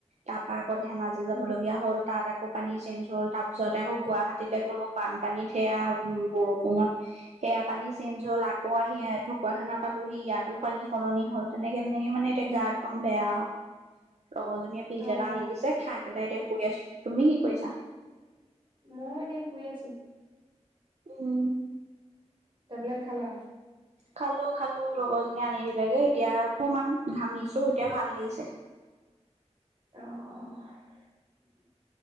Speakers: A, on the right; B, on the right.
A: তাৰপা আকৌ ধেমাজি যাব
B: উম,
A: লগীয়া হ'ল। তাত আকৌ পানী চেঞ্জ হ'ল তাৰ পিছত আকৌ গুৱাহাটীলৈ গ'লো বানপানী থেয়া বৰষুণত সেয়া পানী চেনজ হ'ল আকৌ আহি ঢকুৱাখানা পালোহি ইয়াতো পানী সলনি হ'ল তেনেকে- তেনেকে মানে এতিয়া গা একদম বেয়া। লগৰজনীয়ে পিল
B: অ',
A: এটা আনি দিছে। খাই পেলাই এতিয়া শুই আছো, তুমি কি কৰিছা?
B: মোৰ এনে শুই আছো।
A: উম।
B: টেবলেট খালা?
A: খালো-খালো লগৰজনী আনি দিলেগে এতিয়া অকমান ঘামিছো এতিয়া ভাল লাগিছে।
B: অ', অ',